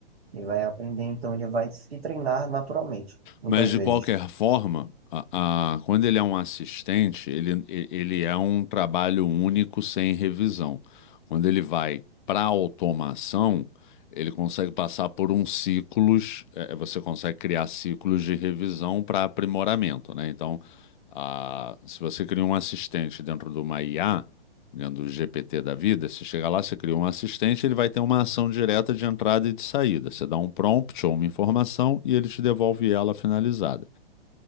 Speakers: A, on the right; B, on the left.
A: Ele vai aprender, então ele vai se treinar naturalmente, muitas
B: Mas de
A: vezes.
B: qualquer forma, a- a- quando ele é um assistente, ele, e- ele é um trabalho único sem revisão. Quando ele vai para automação, ele consegue passar por uns ciclos, é, você consegue criar ciclos de revisão para aprimoramento, né? Então, ah, se você cria um assistente dentro de uma IA dentro do GPT da vida, você chega lá, você cria um assistente, ele vai ter uma ação direta de entrada e de saída. Você dá um prompt ou uma informação e ele te devolve ela finalizada.